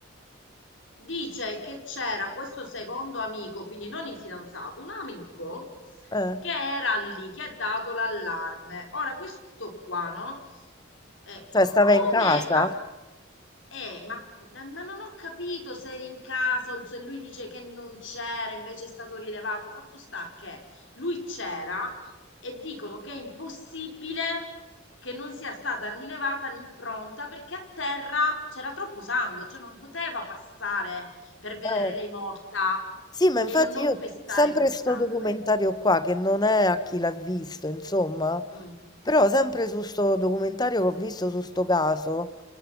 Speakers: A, on the left (about 70°); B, on the left (about 20°).
A: dice che c'era questo secondo amico, quindi non il fidanzato, un amico
B: Eh,
A: che era lì, che ha dato l'allarme. Ora, questo qua, no? Eh,
B: cioè
A: c-
B: stava
A: come
B: in casa.
A: ha... Eh, ma, ma- ma non ho capito se era in casa o se lui dice che non c'era, invece è stato rilevato. Fatto sta che lui c'era e dicono che è impossibile che non sia stata rilevata l'impronta perché a terra c'era troppo sangue, cioè non poteva passare per vedere
B: Eh.
A: lei morta
B: Sì, ma infatti
A: e non
B: io
A: pestare
B: sempre
A: quel sangue.
B: sto documentario qua, che non è a chi l'ha visto, insomma,
A: Mm,
B: Però sempre su sto documentario che ho visto su sto caso,